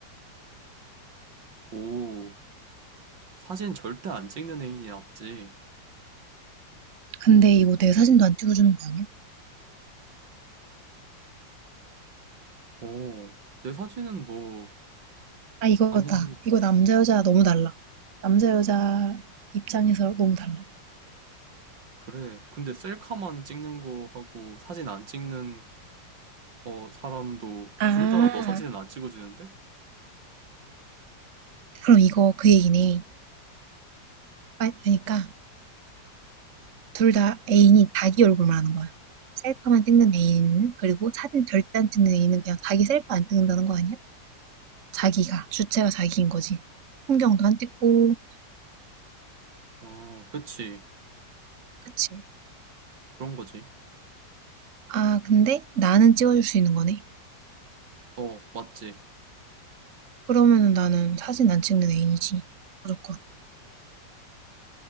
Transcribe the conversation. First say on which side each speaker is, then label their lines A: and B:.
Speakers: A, on the right; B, on the right.
A: 오. 사진 절대 안 찍는 애인이 낫지.
B: 근데 이거 내 사진도 안 찍어주는 거 아니야?
A: 오. 내 사진은 뭐,
B: 아, 이거다.
A: 아니지.
B: 이거 남자 여자 너무 달라. 남자 여자 입장에서 너무 달라.
A: 그래. 근데 셀카만 찍는 거 하고 사진 안 찍는 어, 사람도
B: 아,
A: 둘 다 너 사진은 안 찍어주는데?
B: 그럼 이거 그 얘기네. 아, 그러니까 둘 다 애인이 자기 얼굴만 하는 거야. 셀카만 찍는 애인, 그리고 사진 절대 안 찍는 애인은 그냥 자기 셀카 안 찍는다는 거 아니야? 자기가, 주체가 자기인 거지. 풍경도 안 찍고,
A: 어, 그치.
B: 그치.
A: 그런 거지.
B: 아, 근데 나는 찍어줄 수 있는 거네.
A: 어, 맞지.
B: 그러면은 나는 사진 안 찍는 애인이지. 무조건.